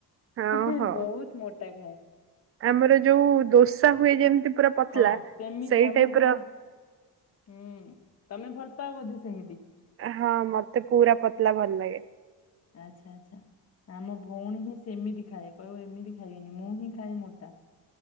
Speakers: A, on the right; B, on the left.
A: ହଁ
B: ଏହେ
A: ହଉ
B: ବହୁତ ମୋଟା ଖାଏ।
A: ଆମର ଯୋଉ ଦୋସା ହୁଏ ଯେମତି ପୁରା ପତଲା
B: ହଁ ସେମିତି
A: ସେଇ
B: ଆମ
A: ଟାଇପ
B: ଭଉଣୀ
A: ର।
B: ହୁଁ ତମେ ଭଲ ପାଅ ବୋଧେ ସେମିତି
A: ହଁ ମତେ ପୁରା ପତଲା ଭଲ ଲାଗେ।
B: ଆଛା ଆଛା ଆମ ଭଉଣୀ ହିଁ ସେମିତି ଖାଏ କହିବ ଏମିତି ଖାଇବନି ମୁଁ ହିଁ ଖାଏ ମୋଟା।